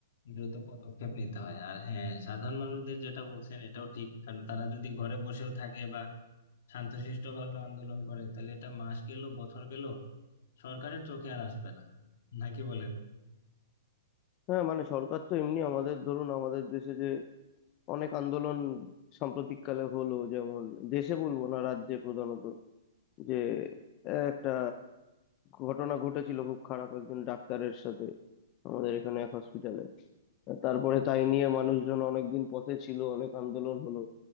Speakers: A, on the left; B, on the left.
A: দ্রুত পদক্ষেপ নিতে হয় আর হ্যাঁ সাধারণ মানুষদের যেটা বলছেন এটাও ঠিক কারণ তারা যদি ঘরে বসেও থাকে বা শান্তশিষ্ট ভাবে আন্দোলন করে তাহলে এটা মাস গেল বছর গেল সরকারের চোখে আর আসবে না নাকি বলেন
B: হ্যাঁ মানে সরকার তো এমনি আমাদের ধরুন আমাদের দেশে যে অনেক আন্দোলন সাম্প্রতিককালে হলো যেমন দেশে বলবো না রাজ্যে প্রধানত যে একটা ঘটনা ঘটেছিল খুব খারাপ একজন ডাক্তারের সাথে আমাদের এখানে এক হসপিটালে তারপরে তাই নিয়ে মানুষজন অনেকদিন পথে ছিল অনেক আন্দোলন হলো